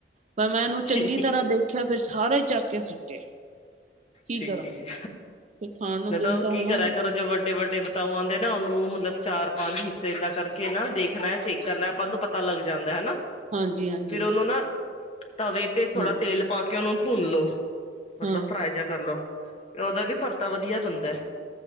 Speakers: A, on the right; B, on the left.
A: ਪਰ ਮੈਂ ਇਹਨੂੰ
B: ਜੀ
A: ਚੰਗੀ ਤਰ੍ਹਾਂ ਦੇਖਿਆ ਫਿਰ ਸਾਰੇ ਚੱਕ ਕੇ ਸਿੱਟੇ, ਕੀ
B: ਸੀ,
A: ਕਰਾਂ
B: ਸੀ, ਸੀ
A: ਫਿਰ ਖਾਣ ਨੂੰ ਦਿਲ
B: ਤਾਂ ਉਹ ਕੀ
A: ਹੋਣਾ
B: ਕਰਾ ਕਰੋ ਜੋ ਵੱਡੇ, ਵੱਡੇ ਤਾਂ ਉਹ ਆਉਂਦੇ ਨਾ ਉਹਨੂੰ ਮਤਲਬ ਚਾਰ ਪੰਜ ਹਿੱਸੇ ਏਦਾਂ ਕਰਕੇ ਨਾ ਦੇਖਣਾ ਚੇਕ ਕਰਨਾ ਆਪਾਂ ਨੂੰ ਪਤਾ ਲੱਗ ਜਾਂਦਾ ਹਨਾ
A: ਹਾਂਜੀ ਹਾਂਜੀ
B: ਫਿਰ ਉਹਨੂੰ ਨਾ ਤਵੇ ਤੇ ਥੋੜਾ
A: ਹਮ
B: ਤੇਲ ਪਾ ਕੇ ਉਹਨੂੰ ਭੁੰਨ ਲੋੋ ਮਤਲਬ
A: ਹਾਂ
B: ਫਰਾਏ ਜਾ ਕਰਲੋ ਉਹਦਾ ਵੀ ਪਰਤਾ ਵਧੀਆ ਬਣਦਾ।